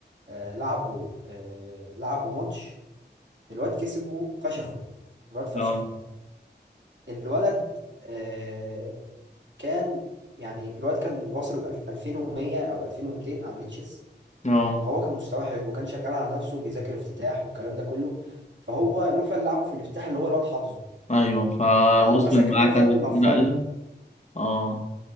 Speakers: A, on the right; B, on the left.
A: آه لعبوا آه لعبوا ماتش الواد كسبه فشخه الواد فشخه
B: اه
A: الولد آه كان يعني الولد كان واصل ال- 2100 او 2200 على ريتشس
B: اه
A: فهو كان مستواه حلو وكان شغال على نفسه بيذاكر افتتاح والكلام ده كله فهو نوفل لعبه في الافتتاح اللي هو الواد حافظه
B: أيوه فوصل
A: فهو مسك
B: معاه
A: نوفل
B: كذا
A: نفضه
B: نقلة اه